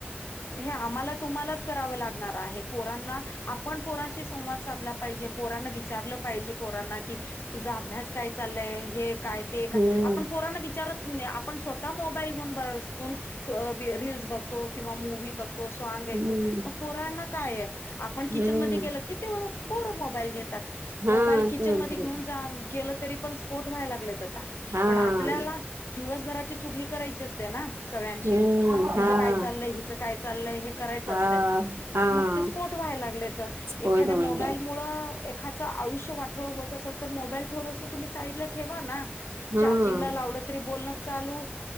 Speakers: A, on the left; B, on the right.
A: हे आम्हाला तुम्हालाच. करा लागणार पोरांना आपण पोरांशी संवाद साधला पाहिजे पोरांना विच चार्ललं पाहिजे पोरांना की तुझा अभ्यास काय चाललंय हे काय. ते का
B: हम्म,
A: आपण पोरांना विचारत. आपण स्वतः मोबाईलन बून रील्स बघतो किंवा मव बघ तो सॉंग आहे
B: हम्म,
A: तो मग पोरांना काय आहे आपण
B: हम्म.
A: किचनमध्ये गेलं तेव पोर मोबाईल घेतात
B: हां,
A: मोबाईल किचनमध्येध्ये
B: तू म्हणतो तसं.
A: घेऊन जा गेलं तरी पण स्पोट व्हाय लागले तर. <unintelligible>
B: हां,
A: पण आपल्याला दिवसभराची चुगली करायची असत तेना सगळ्यांशी
B: हम्म,
A: हीच
B: हां.
A: काय चाललंय ही काय चाललंय हे करायचं
B: हां,
A: असतं
B: हां.
A: मग ते स्पोर्ट व्हायला लागले त
B: स्पोर्ट
A: एखाद्या
B: होईल
A: मोबाईल मुळं. एखादचाआयुष्य वाटोळ होत असेल तर मोबाईल थोडासा तुम्ही साईडला ठेवा ना.
B: हां.
A: चार्जिंगला लावला तरी बोलणं चालू.